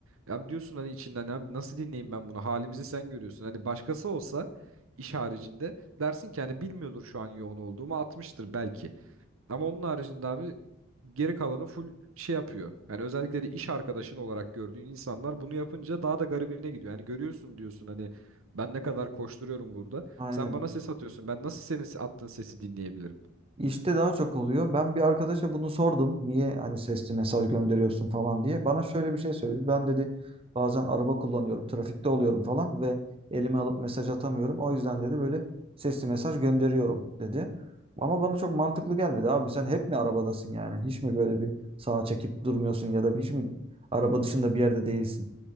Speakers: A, on the right (about 75°); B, on the right (about 25°).
A: Ya diyorsun hani içinden abi nasıl dinleyeyim ben bunu? Halimizi sen görüyorsun. Hani başkası olsa iş haricinde dersin ki hani bilmiyordur şu an yoğun olduğumu atmıştır belki. Ama onun haricinde abi geri kalanı full şey yapıyor. Yani özellikle de iş arkadaşın olarak gördüğün insanlar bunu yapınca daha da garibine gidiyor. Yani görüyorsun diyorsun hani ben ne kadar koşturuyorum burada.
B: Aynen.
A: Sen bana ses atıyorsun. Ben nasıl senin attığın sesi dinleyebilirim?
B: İşte daha çok oluyor. Ben bir arkadaşa bunu sordum. Niye hani sesli mesaj gönderiyorsun falan diye. Bana şöyle bir şey söyledi. Ben dedi bazen araba kullanıyorum, trafikte oluyorum falan ve elime alıp mesaj atamıyorum. O yüzden dedi böyle sesli mesaj gönderiyorum dedi. Ama bana çok mantıklı gelmedi. Abi sen hep mi arabadasın yani? Hiç mi böyle bir sağa çekip durmuyorsun ya da hiç mi araba dışında bir yerde değilsin?